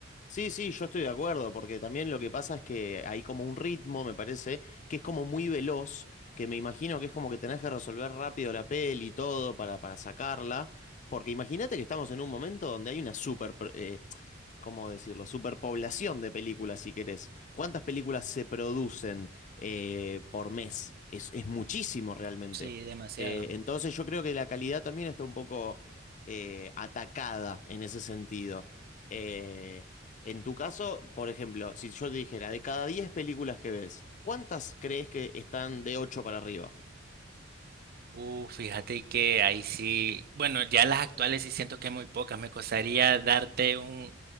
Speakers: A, on the left; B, on the right.
A: Sí, sí, yo estoy de acuerdo, porque también lo que pasa es que hay como un ritmo, me parece, que es como muy veloz, que me imagino que es como que tenés que resolver rápido la peli y todo para, para sacarla, porque imagínate que estamos en un momento donde hay una super, eh, ¿cómo decirlo? Superpoblación de películas, si querés. ¿Cuántas películas se producen eh, por mes? Es, es muchísimo realmente.
B: Sí, demasiado.
A: Eh, entonces yo creo que la calidad también está un poco eh, atacada en ese sentido. Eh, en tu caso, por ejemplo, si yo te dijera, de cada 10 películas que ves, ¿cuántas crees que están de 8 para arriba?
B: Uh, fíjate que ahí sí, bueno, ya las actuales sí siento que muy pocas, me costaría darte un,